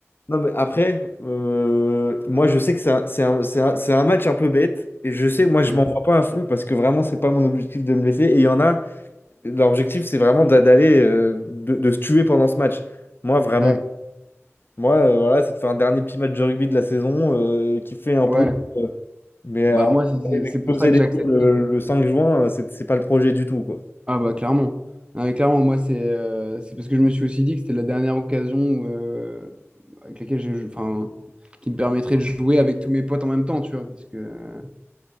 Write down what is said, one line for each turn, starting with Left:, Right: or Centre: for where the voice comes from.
Left: Non mais après, euh, moi je sais que c'est un, c'est un- c'est un- c'est un match un peu bête et je sais que moi je
Right: Ouais.
Left: m'en vois pas à fond parce que vraiment c'est pas mon objectif de me blesser et il y en a. L'objectif, c'est vraiment d'a- d'aller, euh, de, de se tuer pendant ce match. Moi, vraiment,
Right: Ouais.
Left: moi, euh, voilà, c'est de faire un dernier petit match de rugby de la saison, euh, kiffer un
Right: Ouais.
Left: peu. euh, mais
Right: Bah,
Left: euh,
Right: moi, c'est c'est-
Left: aller m'exploser
Right: c'est pour ça que
Left: les
Right: j'accepte.
Left: tours le, le 5 juin, euh, c'est c'est pas le projet du tout, quoi.
Right: Ah bah clairement. Ah, mais clairement, moi c'est euh, c'est parce que je me suis aussi dit que c'était la dernière occasion où, euh, avec laquelle je, je- enfin, qui me permettrait de jouer avec tous mes potes en même temps, tu vois. Parce que euh,